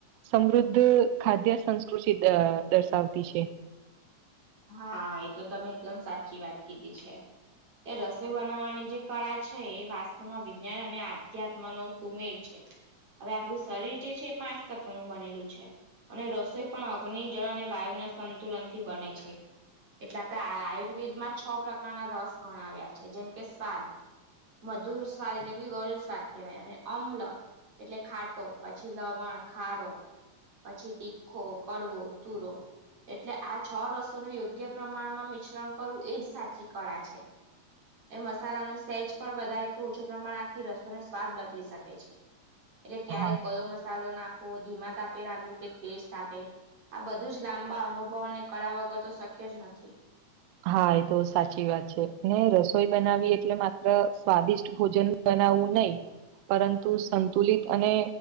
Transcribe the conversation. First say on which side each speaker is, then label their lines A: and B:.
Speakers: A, on the right; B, on the right.
A: સમૃદ્ધ ખાદ્ય સંસ્કૃતિ દર્શાવતી છે
B: હા એ તો તમે એકદમ સાચી વાત કીધી છે. એ રસો બનાવવાની જે કળા છે એ વાસ્તવમાં વિજ્ઞાન અને આધ્યાત્મનોો સુમેર છે. હવે આપણું શરીર જે છે એ પાંચ તત્વનું બનેલું છે અને રસોઈ પણ અગ્નિ જળ અને વાયુના સંતુલન થી બને છે એટલે આપડે આયુર્વેદમાં છ પ્રકારના રસ ગણાવ્યા છે જેમ કે સ્વાદ મધુર સ્વાદ એટલે કે ગળ્યું સ્વાદ કહેવાય અને અમ્લક એટલે ખાટો પછી લવણ ખારો પછી તીખો કડવો તુરો એટલે આ છ રસ યોગ્ય પ્રમાણમાં મિશ્રણ કરવું એજ સાચી કળા છે. એ મસાલા નું સેજ પણ વધારે કે ઓછું પ્રમાણ આખી રસોઈ નો સ્વાદ બદલી શકે છે.
A: <inaudible>
B: એટલે ક્યારેક
A: હા
B: કયો મસાલો નાખવો ધીમા તાપે રાંધો કે ટેસ્ટ આપે આ બધું જ લાંબા અનુભવોને કળા વગર તો શક્ય જ નથી.
A: હા એ તો સાચી વાત છે. ને રસોઈ બનાવી એટલે માત્ર સ્વાદિષ્ટ ભોજન બનાવવું નહીિ પરંતુ સંતુલિત અને